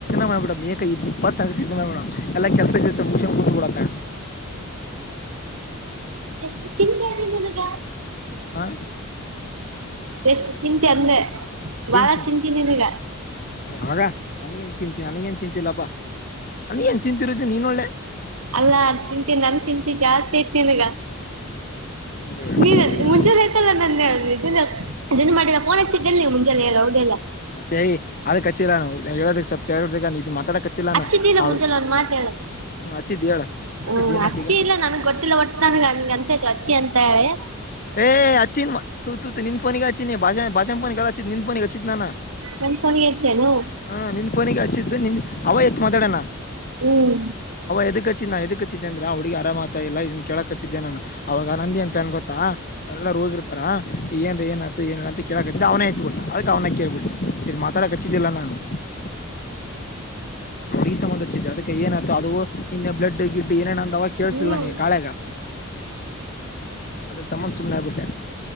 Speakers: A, on the left; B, on the right.
A: ಮಾಡ್ ಬಿಡ ಮ ಇಪ್ಪತ್ತ ಸಿದ್ಧ ಮಾಡ್ಬಿ ಎಲ್ಲ ಕೆಲ್ಸ ಗಿಲ್ಸ ಮುಗಿಸ್ಕಂಡ್ ಕುತ್ಬುಡಕ
B: ಎಷ್ಟು ಚಿಂತೆದ ನಿಂಗ
A: ಹಾ
B: ಎಷ್ಟು ಚಿಂತೆ ಅಂದ್ರೆ ಬಹಳ
A: ಚಿಂತಿ
B: ಚಿಂತೆ ನಿಂಗೆ
A: ವಾಗ ನನಗ ನ್ ಚಿಂತ ನನಗ ಏನ್ ಚಿಂತಿಲ್ಲಪ್ಪಾ ನನ್ಗ ನ್ ಚಿಂತಿರುತ್ತೆ ನೀನ್ ಒಳ್ಳೆ
B: ಅಲ್ಲಾ ಚಿಂತೆ ನನ್ ಚಿಂತೆ ಜಾಸ್ತಿ ನಿನಗ
A: ಏನಿಲ್ಲ
B: ನೀ ಮುಂಚೆ ಐತಲ್ಲ ನನ್ನೇ ಅ ಇದನ್ ಮಾಡಿಲ್ಲ ಫೋನ್ ಹಚ್ಚಿದ್ದೆಲ್ಲಿ ಮುಂಜಾನೆ ಹೌದೆಲ್ಲ
A: ಹೇ ಅದ ಕಚ್ಚಿಲ್ಲ ನಾನ್ ಹೇಳೋದ ಸ್ವಲ್ಪ ಮಾತಾಡಕ್ ಹಚ್ಚಿಲ್ಲ
B: ಹಚ್ಚಿದ್ದಿಲ್ಲ
A: ನಾ ಅವ್ಡಿ
B: ಮುಂಜೆಲ್ಲ ಒಂದ್ ಮಾತ್ ಹೇಳದು
A: ಹ್ಮ ಹಚ್ಚಿದ್ ಹೇಳ ಹಚ್ಚಿದ್
B: ಹ್ಮ್
A: ಏನತ್
B: ಅಚ್ಚಿ
A: ಈಗ
B: ಇಲ್ಲ ನನ್ಗ್ ಗೊತ್ತಿಲ್ಲ ಒಟ್ಟು ನನ್ಗೆ ನನ್ಗೆ ಅನ್ಸಾಯತು ಅಚ್ಚಿ ಅಂತ ಹೇಳಿ
A: ಏ ಅಚ್ಚಿನ್ ತ ತೂ ನಿನ್ಫೋನಿಗೆಗ ಅಚ್ಚಿನ್ ಭಾಷಾ ಭ ಫೋನ್ನಲ್ಲ ನಿನ್ ಪೋನಿಗೆ ಹಚ್ಚಿತ್ತು ನಾನ
B: ನನ್ ಫೋನಿಗೆ ಹಚ್ಚೇನು
A: ಹ ನಿನ್ ಫನಿಗೆ ಹಚ್ಚಿದ್ದ ನಿ ಅವ ಎತ್ ಮಾತಾಡಣ
B: ಹ್ಮ್
A: ಎದಕ್ಕಚ್ಚಿದ ನಾ ಎದಕ ಹಚ್ಚಿದ್ದೆ ಅ್ರ ಹುಡುಗಿರಾಮತ ಇ ಇದನ್ ಕೇಳಕ್ ಹಚ್ಚಿದ್ದೆ ನಾನ ಅವಾಗ ನಂದೇನ್ ಪ್ಲಾನ್ ಗೊತ್ತ ಅವ್ರೆಲ್ಲ ರ ಹೋಗಿರ್ತಾರ ಏನ್ ಏನ್ ಅತ್ ಏನ್ ಅಂತ ಕೇಳಕಕ್ಸತ ಅವನೇ ಹತ್ಬ ಬಿಟ್ಟ ಅದಕ್ ಅವನ ಕೇಳ್ಬಿಟ್ಟ <inaudible> ಇದು ಮಾತಾಡಕಚ್ಚಿದ್ದಿಲ್ಲ ನಾನು <inaudible> ಈಸ ಮುಂದಚ್ಚಿದ ಅದಕ್ಕೆ ಏನಾಯ್ತು ಅದು ಇನ್ನೆ <inaudible> ಬ್ಲಡ್ ಗಿಟ್ಟ ಏನೇನ ಅಂತವಾಗ ಕೇಳಿಸ್ತಿಲ್ಲ
B: ಹ್ಮ್
A: ನಿಗೆ ಕಾಳೆಗ ಅ ಸಮನ್ ಸುಮ್ಮನೆ ಆಗಿಬಿಟ್ಟೆ